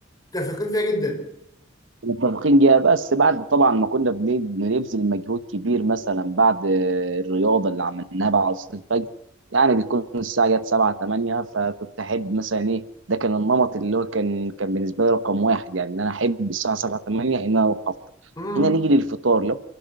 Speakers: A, on the left; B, on the right.
A: متفقين فيها جدا
B: متفقين جدا بس بعد طبعا ما كنا بن- بنبذل مجهود كبير مثلا بعد الرياضه اللي عملناها بعد عصر الفجر يعني بيكون الساعه جت 7 8 فكنت احب مثلا ايه ده كان النمط اللي هو كان كان بالنسبه لي رقم واحد يعني ان انا احب الساعه 7 8 ان انا اروح افطر
A: امم
B: هنا نيجي للفطار لو